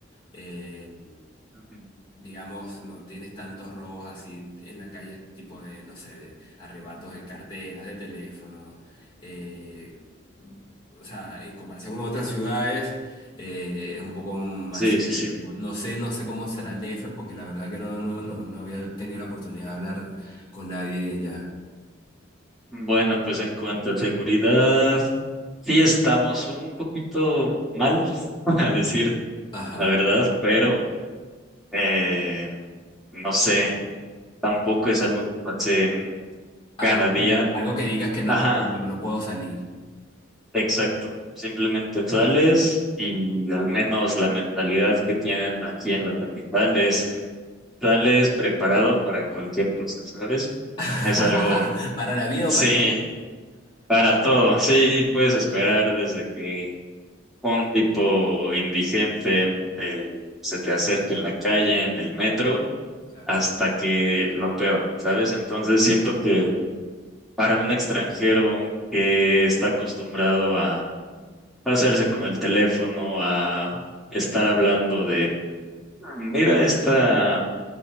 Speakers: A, on the left; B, in the centre.
A: Eh,
B: Ujú.
A: digamos, no tienes tantos robos así en la calle, tipo de, no sé, de arrebatos de carteras, de teléfonos. eh, o sea, en comparación con otras ciudades, eh, es un poco más...
B: Sí, sí, sí.
A: No no sé, no sé cómo será el DF, porque la verdad que no, no, no, no había tenido la oportunidad de hablar con nadie de allá.
B: Bueno, pues en cuanto a seguridad, sí estamos un poquito mal, <laughs> a decir
A: Ajá.
B: la verdad, pero eh, no sé, tampoco es algo que pase
A: Algo
B: cada día.
A: que, algo que digas que no,
B: Ajá,
A: oh, no, no puedo salir.
B: exacto. Simplemente sales y al menos la mentalidad que tienen aquí en la capital es sales preparado para cualquier cosa, ¿sabes?
A: <laughs>
B: Es algo,
A: Para la vida
B: sí,
A: o para...
B: para todo. Sí, puedes esperar desde que un tipo indigente eh, se te acerque en la calle, en el metro,
A: Claro, claro.
B: hasta que lo peor, ¿sabes? Entonces siento que para un extranjero que está acostumbrado a pasarse con el teléfono, a estar hablando de, "Mm, mira esta,